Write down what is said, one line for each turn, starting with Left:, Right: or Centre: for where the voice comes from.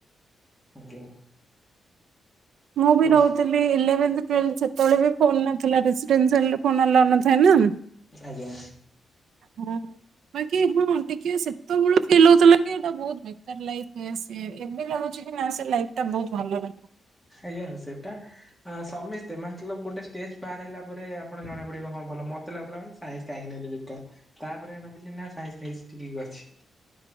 Centre: ଆଜ୍ଞା।
Right: ମୁଁ ବି
Centre: ତ
Right: ରହୁଥିଲି ଇଲେଭେନ୍ଥେ ହୁଁ ସେତେବେଳେ ବି ଫୋନ ନଥିଲା ଡିଷ୍ଟାନ୍ସ ହେଲେ ଫୋନ ଆଲାଉ ନଥାଏ ନା।
Centre: ଆଜ୍ଞା।
Right: ଓ ହଁ ବାକି ହଁ ଟିକେ ସେତେବେଳେ ଫିଲ୍ ହଉଥିଲା କି ଏଇଟା ବହୁତ ବେ ଲାଇଫ୍ ସିଏ ଏବେ ଲାଗୁଛି କି ନା ସେ ଲାଇଫଟା ବହୁତ ଭଲ ଲାଇଫ।
Centre: ଆଜ୍ଞା ସେଇଟା ଆ ସମସ୍ତେ ମତଲବ ଗୋଟେ ଷ୍ଟେଜେ ପାର ହେଲା ପରେ ଆପଣ ଜଣା ପଡିବ ହଁ ଭଲ ମ ତ ଲାଗୁଥିଲା ସାଇନ୍ସ କାହିଁକି ନେଲି ବେକାର ତାପରେ ଭାବିଲି ନା ସାଇନ୍ସ ନେଇଛି ଠିକ୍ ଅଛି। <inaudible>